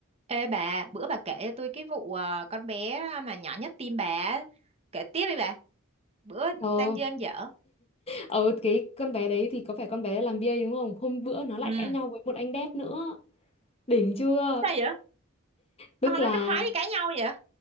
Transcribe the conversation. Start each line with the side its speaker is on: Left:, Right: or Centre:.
Right: Ê bà, bữa bà kể cho tôi cái vụ ờ, con bé mà nhỏ nhất tim bà, á. kể tiếp đi bà. Bữa
Left: Ờ,
Right: đang dơn dở.
Left: ờ cái con bé đấy thì có phải con bé làm BA đúng không? Hôm bữa nó lại
Right: Ừ,
Left: cãi nhau với một anh đẹp nữa. Đỉnh chưa?
Right: sao vậy?
Left: Tức
Right: Con nó
Left: là
Right: nó khoái đi cãi nhau vậy?